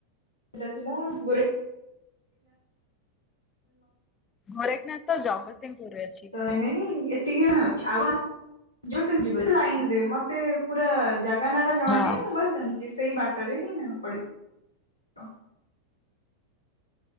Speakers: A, on the left; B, on the left.
A: ସେଟା ଥିଲା ବୋରେ
B: ଗୋରେଖନାଥ ତ ଜଗତସିଂହପୁରରେ ଅଛି।
A: ତ ଏଇନେ ହିଁ ଏତିକିଉଣା ଅଛି ଆଉ କଣ? ଯିବ ସେମତି ଯିବ ଲାଇନରେ ମତେ ପୁରା ଜାଗା ନାଁ ଟା ଜଣା
B: ହଁ।
A: ନାହିଁ ମୁଁ ବାସ୍ ଜାଣିଚି। ସେଇ ବାଟରେ ହିଁ ପଡିବ। କ